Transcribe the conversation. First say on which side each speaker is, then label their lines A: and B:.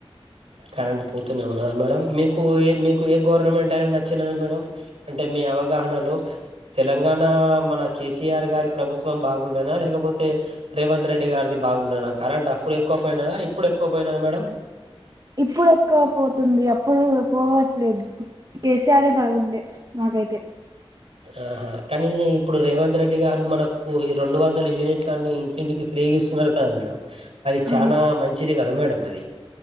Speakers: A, on the right (about 80°); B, on the right (about 40°).
A: కరెంటు పోతూనే ఉన్నదా మేడం మీకు ఏ మీకు ఏ గవర్నమెంట్ అయి నచ్చినది మేడం అంటే మీ అవగాహనలో తెలంగాణ మన కేసీఆర్ గారి ప్రభుత్వం బాగుండేనా లేకపోతే రేవంత్ రెడ్డి గారిది బాగుండేనా కరెంట్ అప్పుడు ఎక్కువ పోయినదా ఇప్పుడు ఎక్కువ పోయినాదా మేడం
B: ఇప్పుడు ఎక్కువ పోతుంది అప్పుడు పోవట్లేదు కేసీఆర్ బాగుండే మాకైతే
A: ఆహా కానీ ఇప్పుడు రేవంత్ రెడ్డి గారు మనకు ఓ ఈ రెండు వందల యూనిట్లు అని ఇంటింటికి ఫ్రీ ఇస్తున్నారు కదా మేడం అది
B: ఆ
A: చానా మంచిది కదా మేడం అది